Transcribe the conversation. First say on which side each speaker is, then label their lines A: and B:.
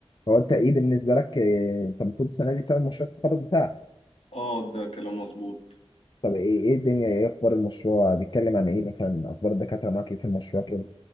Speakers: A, on the left; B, on the left.
A: هو أنت إيه بالنسبة لك آه، أنت المفروض السنة دي تعمل مشروع التخرج بتاعك
B: اه ده كلام مظبوط
A: طب ايه ايه الدنيا ايه اخبار المشروع بيتكلم عن ايه مثلا اخبار الدكاتره معاك ايه في المشروع كده